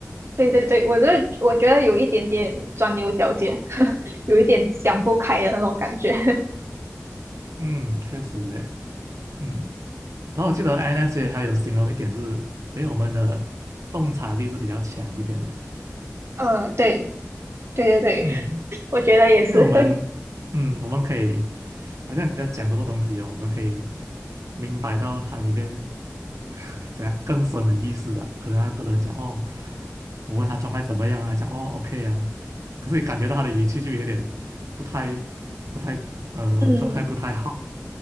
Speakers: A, on the right; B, on the right.
A: 对对对，我这我觉得有一点点钻牛角尖，<laughs> 有一点想不开的那种感觉。<laughs>
B: 嗯，确实诶，嗯，然后我记得 n f c 它有形容一点是，诶，我们的洞察力是比较强一点的，
A: 嗯，对对对对，
B: 嗯，
A: <laughs> 我觉得也是。
B: 因为我们，
A: <laughs>
B: 嗯，我们可以，好像你在讲什么东西哦，我们可以明白到它里面 <laughs> 怎样更深的意思啊，可能他个人讲哦，我问他状态怎么样啊，讲哦 OK 啊，可是你感觉到他的语气就有点不太不太呃状态不太好。
A: 嗯，